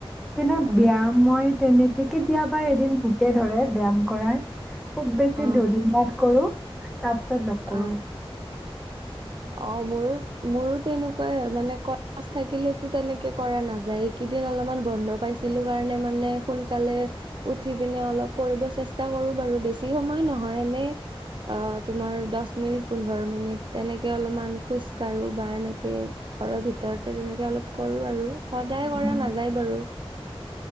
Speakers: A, in the centre; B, on the right (about 50°).
A: কিন্তু
B: উম
A: ব্যয়াম মই তেনেকে কেতিয়াবা এদিন ভূতে ধৰে ব্যায়াম কৰাৰ, খুউব বেছি
B: অ
A: দুদিনমান কৰোঁ, তাৰপিছত নকৰোঁ।
B: অ অ', মোৰো মোৰো তেনেকুৱাই হয়, মানে <unintelligible> থাকিলেতো তেনেকে কৰা নাযায়, এইকেইদিন অলপমান বন্ধ পাই ছিলোঁ, কাৰণে মানে সোনকালে উঠি পিনে অলপ কৰিব চেষ্টা কৰোঁ বাৰু, বেছি সময় নহয় এনে অ', তোমাৰ দচ মিনিট, পোন্ধৰ মিনিট তেনে কে, অলপমান খোজকাঢ়ো বা এনেকে ঘৰৰ ভিতৰতে তেনেকে অলপ কৰোঁ আৰু। সদায়
A: উম।
B: কৰা নাযায় বাৰু।